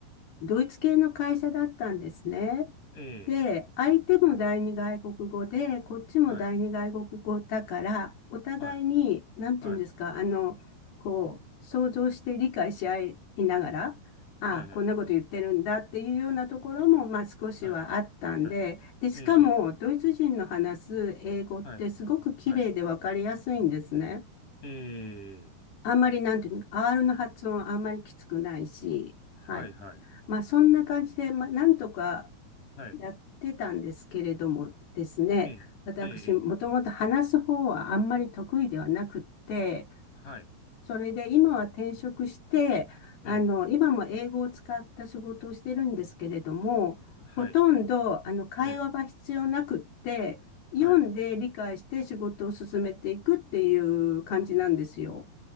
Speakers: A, on the left; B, on the left.
A: ドイツ系の会社だったんですね。
B: ええ、
A: で、相手も第二外国語で、こっちも第二外国語だから、
B: はい、
A: お互いに、
B: はい、
A: なんて言うんですか、
B: はい、
A: あの、こう、想像して理解し合いながら、ああ、
B: はい、はい、
A: こんなこと言ってるんだっていうようなところも、まあ少しはあったんで、
B: はい、はい、
A: で、しかも、
B: ええ、
A: ドイツ人の話す英語ってすごく綺麗でわかりやすいんですね。
B: はい、はい、ええ、
A: あんまりなんていうの、R の発音あんまりきつくないし、
B: はい、
A: はい。
B: はい、
A: まあそんな感じで、まあなんとか
B: はい、
A: やってたんですけれどもですね、
B: ええ、
A: 私もともと話す方はあんまり得意ではなくって、
B: ええ、はい、
A: それで今は転職して、あの、
B: ええ、
A: 今も英語を使った仕事をしてるんですけれども、
B: はい、
A: ほとんどあの会話は必要なくって、
B: ええ、
A: 読んで理解して仕事を進めていくっていう感じなんですよ。
B: はい、